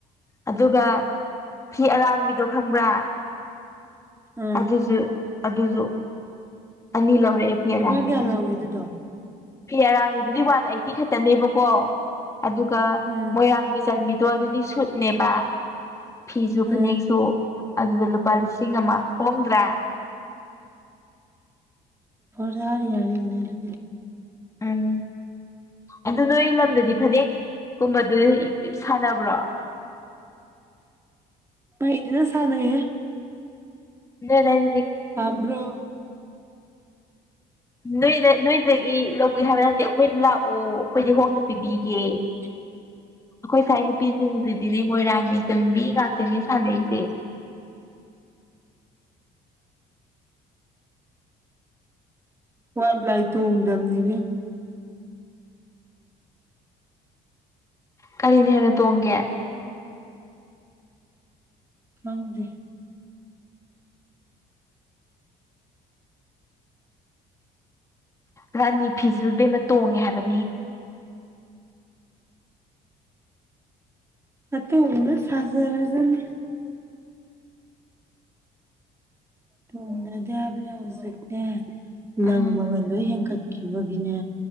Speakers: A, on the left; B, on the right.
A: ꯑꯗꯨꯒ ꯐꯤ ꯑꯔꯥꯡꯕꯤꯗꯣ ꯈꯪꯕ꯭ꯔꯥ
B: ꯑꯥ
A: ꯑꯗꯨꯁꯨ ꯑꯗꯨꯁꯨ ꯑꯅꯤ ꯂꯧꯧꯔꯦ ꯐꯤ ꯌꯥꯔꯕꯤꯗꯨꯖ
B: ꯂꯨꯄꯥ ꯀꯌꯥ ꯂꯧꯏ ꯑꯗꯨꯗꯣ
A: ꯐꯤ ꯑꯔꯥꯡꯕꯤꯗꯨꯗꯤ ꯋꯥꯟ ꯑꯩꯠꯇꯤ ꯈꯛꯇꯅꯦꯕꯀꯣ ꯑꯗꯨꯒ
B: ꯎꯝ
A: ꯃꯣꯏꯔꯥꯡꯕꯤ ꯆꯟꯕꯤꯗꯨ ꯑꯣ ꯑꯗꯨꯗꯤ ꯁꯨꯠꯅꯦꯕ ꯐꯤꯁꯨ ꯐꯅꯦꯛꯁꯨ
B: ꯎꯝ
A: ꯑꯗꯨꯗ ꯂꯨꯄꯥ ꯂꯤꯁꯤꯡ ꯑꯃ ꯍꯣꯡꯗ꯭ꯔꯦ
B: ꯔꯤ ꯌꯥꯔꯅꯦ ꯑꯗꯨ
A: ꯎꯝ ꯑꯗꯨ ꯅꯣꯏ ꯂꯝꯗꯗꯤ ꯐꯅꯦꯛꯀꯨꯝꯕꯗꯨ ꯁꯥꯟꯅꯕ꯭ꯔꯣ
B: ꯄꯩꯗꯤꯅ ꯁꯅꯌꯦꯦ
A: ꯦꯔ ꯍꯥꯏ
B: ꯐꯥꯝꯕ꯭ꯔꯣ
A: ꯅꯣꯏꯗ ꯅꯣꯏꯗꯒꯤ ꯂꯧꯕꯒꯦ ꯍꯥꯏꯕ ꯅꯠꯇꯦ ꯑꯩꯈꯣꯏꯗ ꯂꯥꯛꯑꯣ ꯑꯩꯈꯣꯏꯗꯤ ꯍꯣꯡꯅ ꯄꯤꯕꯤꯒꯦ
B: <unintelligible>
A: ꯑꯩꯈꯣꯏ ꯉꯥꯏ ꯅꯨꯄꯤꯁꯤꯡꯁꯤꯗꯤꯅꯦ ꯃꯣꯏꯔꯥꯡꯃꯤꯁ ꯆꯝꯕꯤ ꯀꯥꯛꯇꯅꯤ ꯁꯥꯟꯅꯁꯦ
B: ꯋꯥ ꯂꯏ ꯇ ꯑꯣꯗꯗꯝꯅꯤꯕ
A: ꯀꯔꯤꯅꯤ ꯍꯥꯏꯅ ꯇꯣꯡꯒꯦ
B: ꯍꯪꯗ
A: ꯔꯥꯅꯤ ꯐꯤꯁꯨ ꯕꯦꯝꯅ ꯇꯣꯡꯉꯦ ꯍꯥꯏꯕꯅꯤ
B: ꯑꯠꯇ ꯑꯣꯅ ꯁꯥꯖꯔꯖꯅꯤ ꯇꯨꯡꯅꯗꯕꯅ ꯍꯧꯖꯛꯇꯦ ꯂꯪꯝꯕ
A: ꯎꯝ
B: ꯂ ꯍꯒ ꯀꯕꯒꯤꯅꯦ